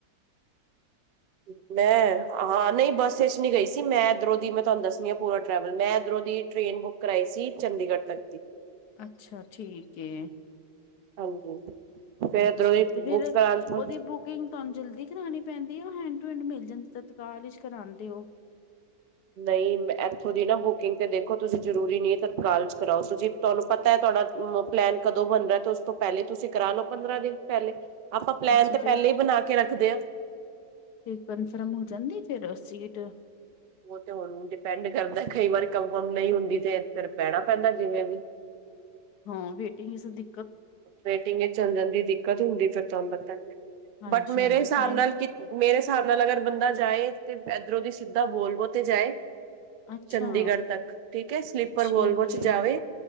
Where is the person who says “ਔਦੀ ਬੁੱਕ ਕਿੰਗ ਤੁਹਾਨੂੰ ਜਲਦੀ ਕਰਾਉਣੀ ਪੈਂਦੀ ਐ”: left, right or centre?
Left